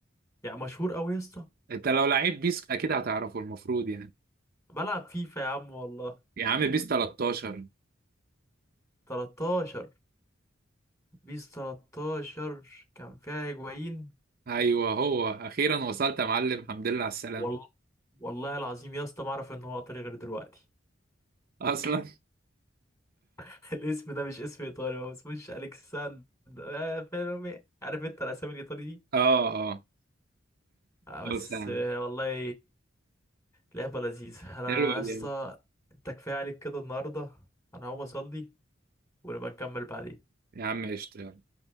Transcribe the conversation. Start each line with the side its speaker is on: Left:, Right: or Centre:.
Left: يعني مشهور قوي يا اسطى
Right: انت لو لعيب بيس اكيد هتعرفه المفروض يعني
Left: بلعب فيفا يا عم والله
Right: يا عم بيس 13
Left: 13 بيس 13 كان فيها هيجوين
Right: ايوه هو اخيرا وصلت يا معلم الحمد لله على السلامه
Left: والله والله العظيم يا اسطى ما اعرف ان هو ايطالي غير دلوقتي
Right: اصلا
Left: <laughs> الاسم ده مش اسم ايطالي هو اسمهش الكساندر آه، فيرمي عارف انت الاسامي الايطالي دي
Right: اه اه
Left: آه
Right: خلاص
Left: بس
Right: يا عم
Left: آه والله لعبه لذيذه انا
Right: حلوه
Left: يا اسطى
Right: دي يا عم
Left: انت كفايه عليك كده النهارده انا هقوم اصلي ونبقى نكمل بعدين
Right: يا عم قشطه يلا.